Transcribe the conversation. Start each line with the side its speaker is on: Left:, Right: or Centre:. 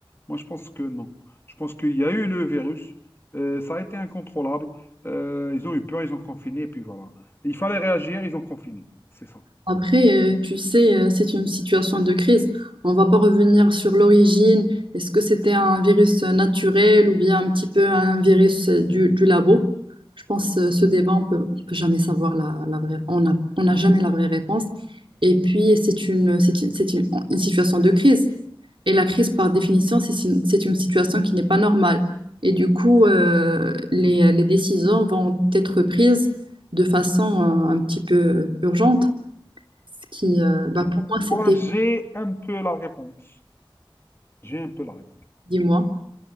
Left: Moi, je pense que non. Je pense qu'il y a eu le virus, euh, ça a été incontrôlable, euh, ils ont eu peur, ils ont confiné, et puis voilà. Il fallait réagir, ils ont confiné. C'est ça.
Right: Après, euh, tu sais, euh, c'est une situation de crise. On va pas revenir sur l'origine. Est-ce que c'était un virus euh, naturel ou bien un petit peu un virus euh, du, du labo? Je pense euh, ce débat, on peut, on peut jamais savoir la, la vraie. On n'a on n'a jamais la vraie réponse. Et puis, c'est une, c'est une, c'est une- une situation de crise. Et la crise, par définition, c'est une, c'est une situation qui n'est pas normale. Et du coup, euh, les, les décisions vont être prises de façon euh, un petit peu urgente. Ce qui, euh, bah, pour moi, c'était,
Left: Moi, j'ai un peu la réponse. J'ai un peu la réponse.
Right: dis-moi,